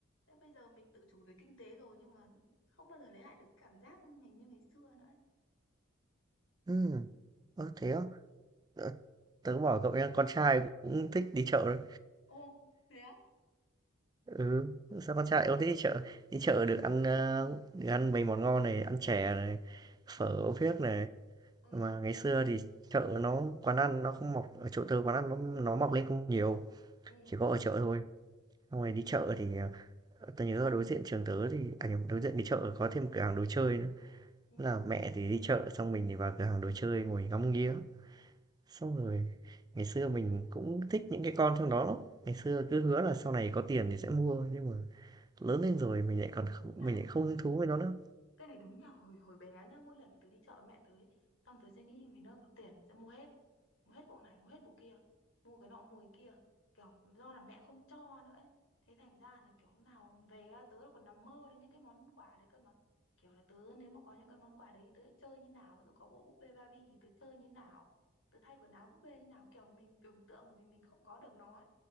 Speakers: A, on the left; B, on the right.
A: Thế bây giờ mình tự chủ về kinh tế rồi nhưng mà không bao giờ lấy lại được cái cảm giác ngày như ngày xưa nữa ấy.
B: ừ Ơ, thế á Ờ, tớ bảo cậu nha con trai cũng thích đi chợ đấy
A: Ồ, thế á?
B: Ừ, sao con trai ông thích đi chợ đi chợ được ăn ờ, được ăn mấy món ngon này ăn chè này phở
A: ừ
B: phiếc này
A: ừ
B: mà ngày xưa thì chợ nó quán ăn nó không mọc ở chỗ tớ quán ăn nó, nó mọc lên không nhiều
A: ừ
B: chỉ có ở chợ thôi xong rồi đi chợ thì ờ, tớ nhớ ở đối diện trường tớ thì à nhầm, đối diện cái chợ có thêm một cửa hàng đồ chơi nữa
A: ừ
B: Thế là mẹ thì đi chợ xong mình thì vào cửa hàng đồ chơi ngồi ngắm nghía xong rồi ngày xưa mình cũng thích những cái con trong đó lắm ngày xưa cứ hứa là sau này có tiền thì sẽ mua nhưng mà lớn lên rồi mình lại còn
A: đúng
B: không,
A: nhỉ
B: mình lại không hứng thú với nó nữa
A: cái này đúng nhỉ hồi hồi bé nhá mỗi lần mà tớ đi chợ với mẹ tớ ấy, xong tớ sẽ nghĩ mấy nơi có tiền sẽ mua hết mua hết bộ này mua hết bộ kia mua cái nọ mua cái kia kiểu do là mẹ không cho nữa ấy. thế thành ra là kiểu nào về á, tớ còn nằm mơ đến những cái món quà đấy cơ mà kiểu là tớ nếu mà có những cái món quà đấy thì tớ sẽ chơi như nào ví dụ có bộ búp bê Barbie thì tớ chơi như nào tớ thay quần áo búp bê như nào kiểu mình tưởng tượng bởi vì mình không có được nó ấy.